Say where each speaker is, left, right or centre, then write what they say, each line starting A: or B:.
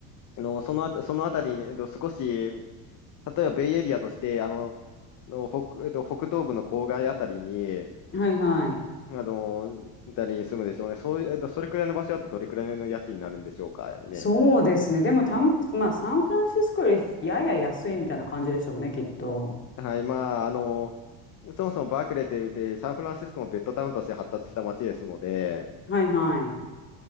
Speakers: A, on the left; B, on the left.
A: あのそのあた、そのあたりに、えっと、少し、例えばベイエリアとして、あの、の北、えっと、北東部の郊外あたりに、
B: はいはい。
A: あの、あたりに住むでしょうね。そういう、えっと、それくらいの場所だとどれくらいの家賃になるんでしょうかね。
B: そうですね。でも、たん、まあ、サンフランシスコよりやや安いみたいな感じでしょうね、きっと。
A: はい、まあ、あの、そもそもバークレーって言って、サンフランシスコもベッドタウンとして発達した街ですので、
B: はいはい。